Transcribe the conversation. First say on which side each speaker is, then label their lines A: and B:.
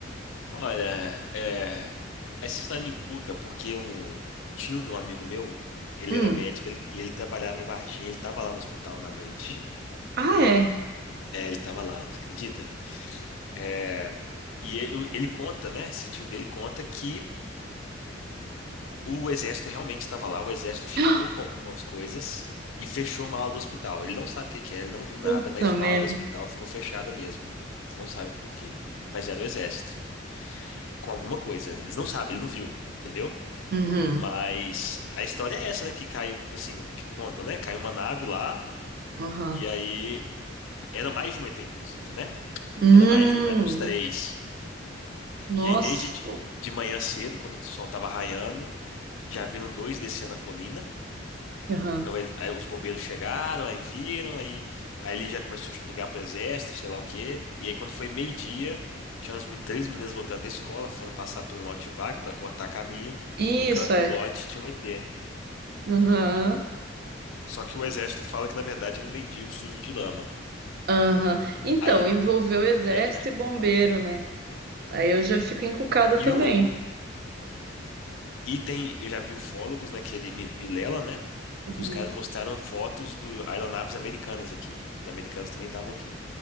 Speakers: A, on the left (about 85°); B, on the right (about 50°).
A: olha, é, essa história me encuca porque um, o tio de um amigo meu, ele
B: Hum.
A: era médico ele- e ele trabalhava em Varginha, ele tava lá no hospital na noite.
B: Ah, é.
A: É, ele tava lá, você acredita? É, e ele, ele conta, né? Esse tio dele conta que O exército realmente estava lá, o exército chegou
B: <gasps>
A: com algumas coisas e fechou uma ala do hospital. Ele não sabe o que que é, ele não viu nada,
B: Puta
A: mas
B: merda.
A: uma ala do hospital ficou fechada mesmo. Você não sabe por quê. Mas era o exército, com alguma coisa. Eles não sabem, ele não viu, entendeu?
B: Uhum.
A: Mas a história é essa, né? Que caiu, assim, que contam, né? Caiu uma nave lá,
B: Aham.
A: e aí era mais de um ET, inclusive, né?
B: Hum.
A: Era mais de um, eram uns três.
B: Nossa.
A: E aí, desde de de manhã cedo, quando o sol tava raiando, já viram dois descendo a colina.
B: Aham.
A: Então, aí aí os bombeiros chegaram, aí viram, aí, aí ele já começou a ligar pro exército, sei lá o quê. E aí, quando foi meio-dia, tinha umas men- três meninas voltando da escola, foram passar por um lote vago para cortar caminho.
B: Isso
A: No canto
B: é.
A: do lote tinha um ET.
B: Aham.
A: Só que o exército fala que, na verdade, era um mendigo sujo de lama.
B: Aham. Então,
A: Aí,
B: envolveu exército
A: aí- aí-
B: e bombeiro,
A: ó.
B: né? Aí eu já fico encucada
A: e,
B: também.
A: o, o- e tem, eu já vi ufólogos naquele Mi- Vilela, né?
B: Uhum.
A: Que os caras mostraram fotos do aeronaves americanas aqui. Os americanos também estavam aqui.